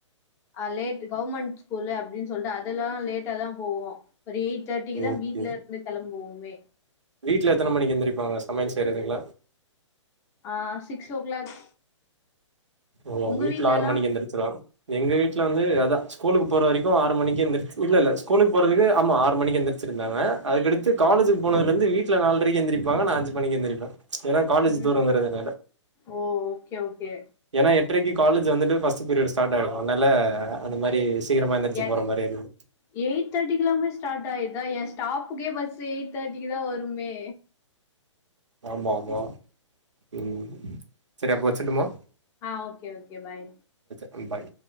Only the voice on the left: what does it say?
அ லேட் கவுவர்மெண்ட் ஸ்கூல்லு அப்படன்னு சொல்லிட்டு அதுல்லா லேட்டா தா போவோ ஒரு எயிட் தேர்ட்டிக்கு தா
வீட்டு்ல இருந்து கிளம்புவோமே
ஆ சிக்ஸ் ஓ கிளாக்
உங்க
வீட்ல
எல்லாம்
உ
ஓ ஓகே ஓகே
எட்
எயிட் தேட்டிக்கு எல்லாமே ஸ்டார்ட் ஆய்தா எ ஸ்டாப்புக்கே பஸ் எயிட் தேட்டிக்கு தா வருமே
ஆ ஓகே ஓகே பாய்